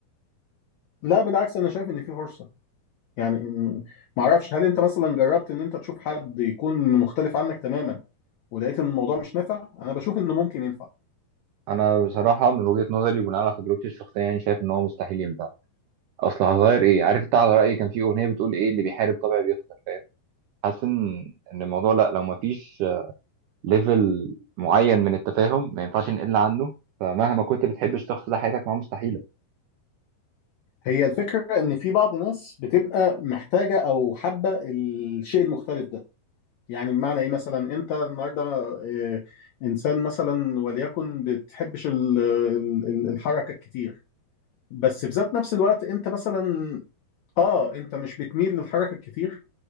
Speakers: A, on the left; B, on the right.
A: لا بالعكس انا شايف ان في فرصه يعني م- معرفش هل انت مثلا جربت ان انت تشوف حد يكون مختلف عنك تماما ولقيت ان الموضوع مش نافع انا بشوف انه ممكن ينفع
B: انا بصراحه من وجهه نظري بناء على تجربتي الشخصيه يعني شايف ان هو مستحيل ينفع اصل هتغير ايه عارف انت على رايي كان في اغنيه بتقول ايه اللي بيحارب طبعا بيخسر فاهم حاسس ان ان الموضوع لا لو ما فيش ليفل معين من التفاهم ما ينفعش نقل عنه فمهما كنت بتحب الشخص ده حياتك معاه مستحيله
A: هي الفكرة إن في بعض ناس بتبقى محتاجة أو حابة الشيء المختلف ده يعني بمعنى إيه مثلا أنت النهاردة آه، إنسان مثلا وليكن بتحبش ال- ال- ال- الحركة الكتير بس في ذات نفس الوقت أنت مثلا آه أنت مش بتميل للحركة الكتير